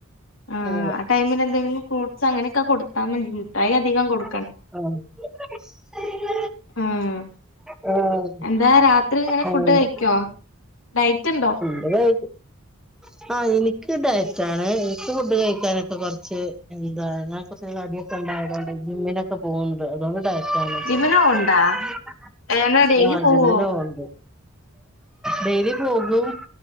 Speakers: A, on the left (about 75°); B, in the centre.
A: ആഹ്
B: അങ്ങനെ
A: ആ ടൈമിൽ എന്തെിലും ഫ്രൂ്സ് അങ്ങനെയൊക്കെ കൊടുത്താ മതി മുട്ടായി അധികം കൊടു
B: ആഹ്
A: ആഹ്
B: ആഹ്
A: എന്താ രാത്രി ഇങ്ങനെ
B: ആഹ്
A: ഫുഡ് കഴിക് ക്കൊ ഡയിറ്റ് ഉണ്ടോ?
B: <unintelligible> ആഹ് ഇനിക്ക് ഡയറ്റാണ് ഇനിക്ക് ഫുഡ് കഴിക്കാനൊക്കെ കുറച്ച് എന്താ ഞാ ഇപ്പ ഇത്തിരി തടിയൊക്കെ ഇണ്ടായതോണ്ട് ജിമ്മിനൊക്കെ പോന്ന്ണ്ട് അതുകൊണ്ട് <unintelligible>
A: ജിമ്മിന് പോവ്ണ്ടോ ഏന ഡെയിലി
B: ആഹ്
A: പോവോ
B: ജിമ്മിന് പോന്ന്ണ്ട്. ഡെയ്ലി പോകും